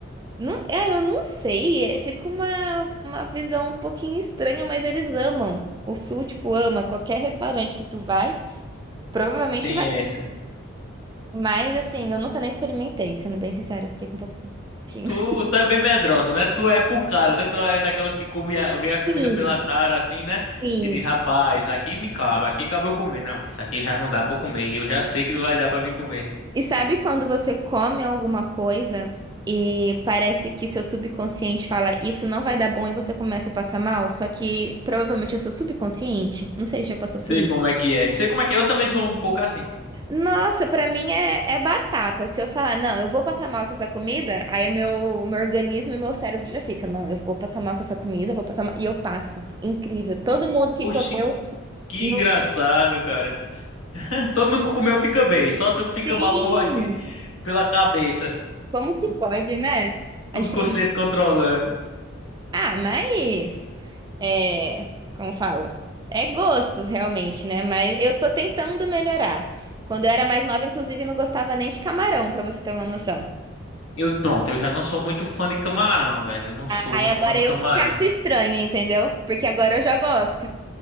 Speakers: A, on the right (about 20°); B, on the left (about 80°).
A: não, é, eu não sei, é, fica uma, uma visão um pouquinho estranha, mas eles amam. O Sul, tipo, ama qualquer restaurante que tu vai, provavelmente
B: Tem
A: vai.
B: essa.
A: Mas assim, eu nunca nem experimentei, sendo bem sincera, eu fiquei com um pouquinho. <laughs>
B: Tu, tu é bem medrosa, né? Tu é por cara, né? Tu é daquelas que come a, vê a comida
A: Sim,
B: pela cara, assim, né?
A: sim.
B: E diz, rapaz, aqui me cabe, aqui cabe eu comer. Não, isso aqui já não dá pra eu comer. Eu já sei que não vai dar pra mim comer.
A: E sabe quando você come alguma coisa e parece que seu subconsciente fala isso não vai dar bom e você começa a passar mal? Só que provavelmente é seu subconsciente. Não sei se já passou por
B: Sei
A: isso.
B: como é que é. Sei como é que é. Eu também sou um pouco assim.
A: Nossa, pra mim é, é batata. Se eu falar, não, eu vou passar mal com essa comida, aí meu, meu organismo e meu cérebro já fica, não, eu vou passar mal com essa comida, vou passar mal. E eu passo. Incrível. Todo mundo que
B: Oxi,
A: comeu.
B: que
A: não-
B: engraçado, cara. <laughs> Todo mundo que comeu fica bem. Só tu que fica
A: Sim!
B: mal por aqui, pela cabeça.
A: Como que pode, né? Achei.
B: Subconsciente controlando.
A: Ah, mas. É, como falo? É gostos, realmente, né? Mas eu tô tentando melhorar. Quando eu era mais nova, inclusive, não gostava nem de camarão, pra você ter uma noção.
B: Eu, pronto, eu já não sou muito fã de camarão, velho. Eu não sou
A: Aí
B: muito
A: agora
B: fã de
A: eu
B: camarão.
A: que te acho estranha, entendeu? Porque agora eu já gosto.